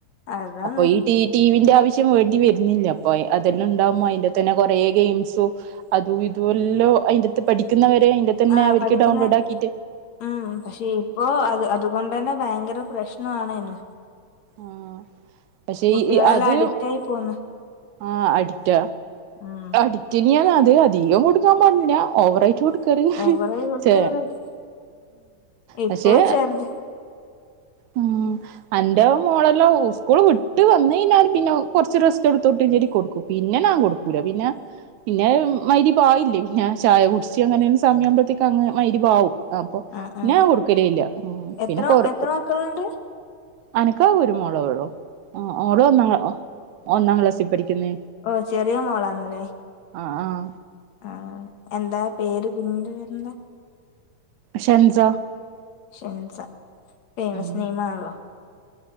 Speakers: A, on the left (about 60°); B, on the right (about 75°).
A: അതാന്ന്
B: അപ്പൊ ഈ ട്ടി ടിവിന്റെ ആവശ്യം വേണ്ടി വരുന്നില്ല അപ്പ അതെല്ലാം ഉണ്ടാകുമ്പോ അയിന്റാത്തെന്നെ കൊറെേ ഗെയിംസും അതും ഇതല്ലോ അയിന്റത്ത് പഠിക്കുന്നവരെ അയിന്റാത്ത് തന്നെ
A: ആ
B: അവർക്ക്
A: പഠിക്കുന്ന
B: ഡൗൺലോഡ് ആക്കിയിട്ട്
A: ഉം പക്ഷെ ഇപ്പോ അത് അതുകൊണ്ട തന്നെ ഭയങ്കര പ്രശ്ന ആണേനൂ
B: ആഹ പക്ഷെ
A: കുട്ടികളെല്ലാം
B: ഈ അത്
A: അഡിക്റ്റ് ആയി പോന്ന്
B: ആ അഡിക്റ്റ
A: ഉം
B: അഡിക്റ്റന്നെ ആണ് അത് അധികം കൊടുക്കാൻ പാടില്ല ഓവറയിട്ട് കറി
A: ഓവറായി കൊടുത്ത
B: ചെ
A: ഇപ്പൊ
B: പക്ഷെ
A: ചെറുത്
B: ഉം അന്റെ ഓൻ മോളല്ലോ സ്കൂൾ വിട്ട് വന്ന് കയിഞ്ഞാൻ പിന്നെ കുറച്ച് റസ്റ്റ്‌ട് എടുത്തോട്ടെ വെച്ചിട്ട് കൊടുക്കും പിന്നെ ഞാൻ ൻ കൊടുക്കു ല്ല പിന്നെ പിന്നെ മയിരിബ് ആയില്ലേ പിന്നെ ചായ കുടിച്ച് അങ്ങനെ അങ്ങ് സമയുമ്പോഴത്തേക്ക് മയിരിബ് ആവും അപ്പൊ
A: ആ ആ
B: ഞാൻ കൊടുക്കലല്ല
A: എത്ര
B: പിന്നെ കൊറ
A: എത്ര മക്കളുണ്ട്
B: അനക്കാകെ ഒരു മോളൊള്ളൂ ആ ഓള് ഒന്നാം ഒന്നാം ക്ലാസ്സിൽ പഠിക്കുന്നേ
A: ഓ ചെറിയ മോളാണല്ലേ
B: ആ ആഹ
A: ആ എന്താ പേര് കുഞ്ഞിന്റെ പേരെന്താ
B: ഷെൻസ
A: ഷെൻസ ഫേമസ്
B: ഉം
A: നെയിം ആണല്ലോ